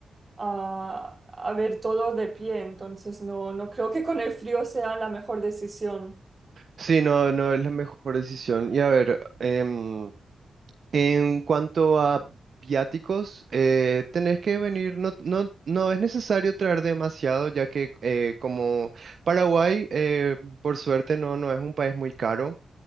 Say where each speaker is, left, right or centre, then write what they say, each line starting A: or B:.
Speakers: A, on the right; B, on the right.
A: a- a ver todo de pie. Entonces no, no creo que con el frío sea la mejor decisión
B: Sí, no, no es la mejor decisión. Y a ver, em, En cuanto a viáticos, eh, tenés que venir, no, no, no es necesario traer demasiado, ya que eh, como Paraguay, eh, por suerte, no, no es un país muy caro.